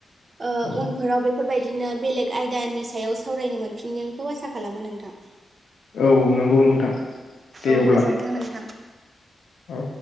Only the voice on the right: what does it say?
ओ
उनफोराव बेफो फोरबायदिनो बेलेग आयदानि सायाव सावरायनो मोनफिनगोनखौ आसा खालामो नोंथां।
औ
गोजोनथों नोंथां।